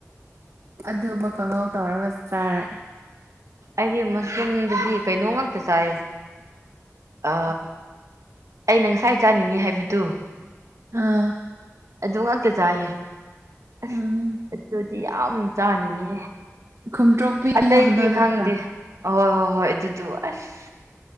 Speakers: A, on the right (about 55°); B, on the right (about 70°).
A: ꯑꯗꯨꯝꯃ ꯀꯥꯡꯍꯧ ꯇꯧꯔꯒ ꯆꯥꯔꯦ꯫
B: ꯑꯩꯗꯤ ꯃꯁꯔꯨꯝꯗꯗꯤ ꯀꯩꯅꯣ ꯉꯥꯛꯇ ꯆꯥꯏꯌꯦ꯫ ꯑ ꯑꯩꯅ ꯉꯁꯥꯏ ꯆꯥꯅꯤꯡꯉꯤ ꯍꯥꯏꯕꯗꯨ꯫
A: ꯑꯥ꯫
B: ꯑꯗꯨ ꯉꯥꯛꯇ ꯆꯥꯏꯌꯦ ꯑꯁ
A: ꯎꯝ
B: ꯑꯗꯨꯗꯤ ꯌꯥꯝ ꯆꯥꯅꯤꯡꯉꯦ꯫
A: ꯈꯨꯝꯇ꯭ꯔꯣꯛꯄꯤ
B: ꯑꯇꯩꯗꯤ
A: ꯍꯥꯏꯕꯗꯣ ꯅꯠꯇ꯭ꯔꯥ
B: ꯈꯪꯗꯦ ꯍꯣꯏ ꯍꯣꯏ ꯍꯣꯏ ꯑꯗꯨꯗꯨ ꯑꯁ꯫